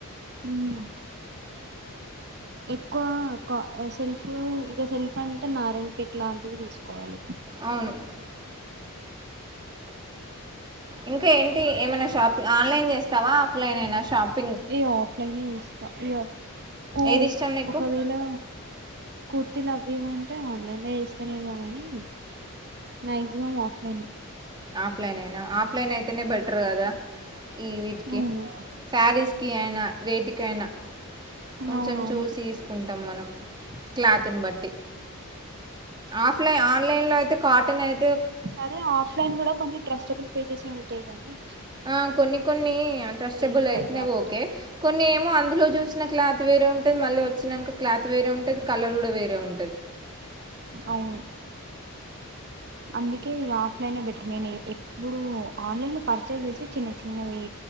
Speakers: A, on the right; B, on the right.
A: ఉమ్ ఎక్కువ సెల్ఫ్ ఇక సెల్ఫ్ అంటే నారాయణపేట్ లాంటిది తీసుకోవాలి
B: అవును ఇంకా ఏంటి ఏమైనా షాపి ఆన్లైన్ చేస్తావా ఆఫ్లైన్ యేన షాప్
A: నేను ఆఫ్లైన్ చేస్తా ఇగ కో
B: ఏది ఇష్టం నీకు
A: ఒకవేళ కుర్తిలు అవివి ఉంటే ఆన్లైన్ లో చేస్తనేమో కానీ మాక్సిమం ఆఫ్ లైన్
B: ఆఫ్లైనేన ఆఫ్లైన్ అయితేనే బెటర్ కదా ఈ వీటికి
A: అవును
B: శారీస్కె అయిన వేటికి అయిన కొంచెం
A: అవునవును
B: చూసి తీసుకుంటాం మనం క్లాత్ నీ బట్టి ఆఫ్లై ఆన్లైన్ లో అయితే కాటన్ అయి
A: సరే ఆఫ్లైన్ కూడా కొన్ని ట్రస్టబుల్ పేజెసే ఉంటాయి గానీ
B: ఆ కొన్ని కొన్ని ట్రస్టబుల్
A: ఉంటాయి
B: అయితేనే
A: కాబట్టి
B: ఓకే కొన్ని ఏమో అందులో చూసిన క్లాత్ వే వేరే ఉంటుంది మళ్ళీ వచ్చినాక క్లాత్ వేరే ఉంటది కలర్ కూడా వేరే ఉం
A: అవును అందు కి ఇంగ ఆఫ్లైన్ బెటర్ నేను ఎప్పుడు ఆన్లైన్ లో పర్చేస్ చేసే చిన్న చిన్నవి